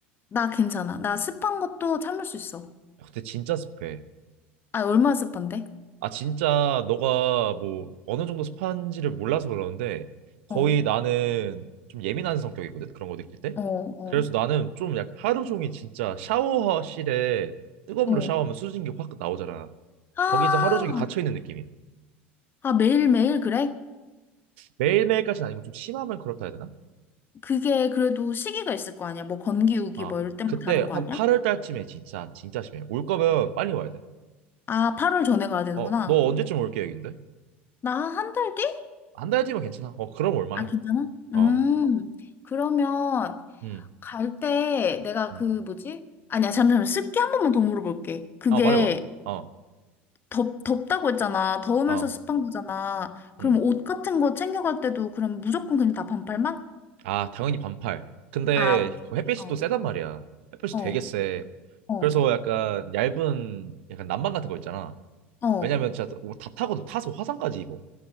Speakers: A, on the left; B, on the right.
A: 나 괜찮아. 나 습한 것도 참을 수 있어.
B: 야, 근데 진짜 습해.
A: 아, 얼마나 습한데?
B: 아, 진짜 너가 뭐 어느 정도 습한지를 몰라서 그러는데 거의
A: 어,
B: 나는 좀 예민한 성격이거든. 그런 거 느낄 때.
A: 어, 어,
B: 그래서 나는 좀 약 하루 종일 진짜 샤워실에 뜨거운
A: 어.
B: 물로 샤워하면 수증기 확 나오잖아.
A: 아,
B: 거기서 하루 종일 갇혀 있는 느낌이야.
A: 아, 매일매일 그래?
B: 매일매일까지는 아니고 좀 심하면 그렇다 해야 되나?
A: 그게 그래도 시기가 있을 거 아니야? 뭐 건기우기
B: 아,
A: 뭐 이럴 때만
B: 그때
A: 다른 거
B: 한
A: 아니야?
B: 8월 달쯤에 진짜 진짜 심해. 올 거면 빨리 와야 돼.
A: 아, 8월 전에 가야 되는구나.
B: 어, 너 언제쯤 올 계획인데?
A: 나 한 달 뒤?
B: 한 달 뒤면 괜찮아. 어, 그럼 올만해.
A: 아, 괜찮아?
B: 어.
A: 음, 그러면
B: 음.
A: 갈 때 내가
B: 음.
A: 그 뭐지? 아니야, 잠시만. 습기 한 번만 더 물어볼게. 그게
B: 아, 말해 봐. 어.
A: 덥, 덥다고 했잖아. 더우면서
B: 어.
A: 습한 거잖아. 그럼
B: 음.
A: 옷 같은 거 챙겨갈 때도 그럼 무조건 그냥 다 반팔만?
B: 아, 당연히 반팔. 근데
A: 아, 오케이.
B: 그 햇빛이
A: 어,
B: 또 세단 말이야. 햇빛이
A: 어,
B: 되게 세.
A: 어,
B: 그래서 약간 얇은 약간 난방 같은 거 있잖아.
A: 어.
B: 왜냐면 진짜 다 타거든. 타서 화상까지 입어.